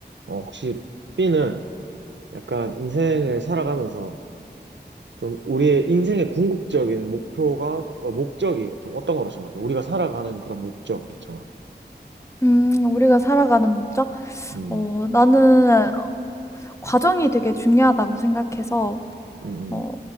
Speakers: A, on the right; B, on the left.
A: 어, 혹시 B는 약간 인생을 살아가면서 좀 우리의 인생의 궁극적인 목표가, 어, 목적이 좀 어떤 거로 생각해? 우리가 살아가는 그런 목적 있잖아.
B: 음, 우리가 살아가는 목적?
A: 음,
B: 어, 나는 과정이 되게 중요하다고 생각해서,
A: 음,
B: 어,